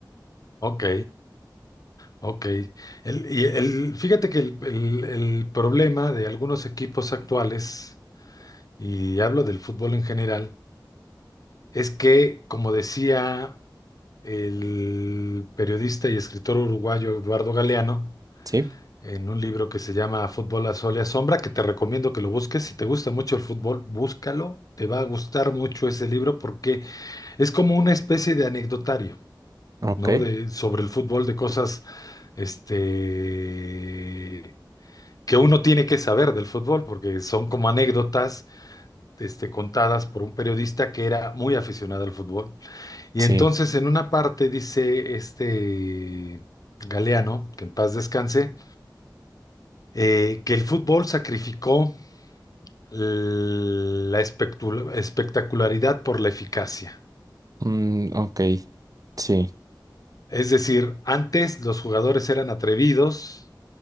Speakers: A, on the left; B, on the right.
A: ok, ok. El, y el, fíjate que el, el- el problema de algunos equipos actuales, y hablo del fútbol en general, es que, como decía el periodista y escritor uruguayo Eduardo Galeano,
B: ¿Sí?
A: en un libro que se llama Fútbol a sol y a sombra, que te recomiendo que lo busques. Si te gusta mucho el fútbol, búscalo. Te va a gustar mucho ese libro porque es como una especie de anecdotario,
B: Ok.
A: ¿no? De, sobre el fútbol, de cosas, este, que uno tiene que saber del fútbol, porque son como anécdotas, este, contadas por un periodista que era muy aficionado al fútbol. Y
B: Sí.
A: entonces en una parte dice este Galeano, que en paz descanse, eh, que el fútbol sacrificó la espectu- espectacularidad por la eficacia.
B: Mm, ok. Sí.
A: Es decir, antes los jugadores eran atrevidos,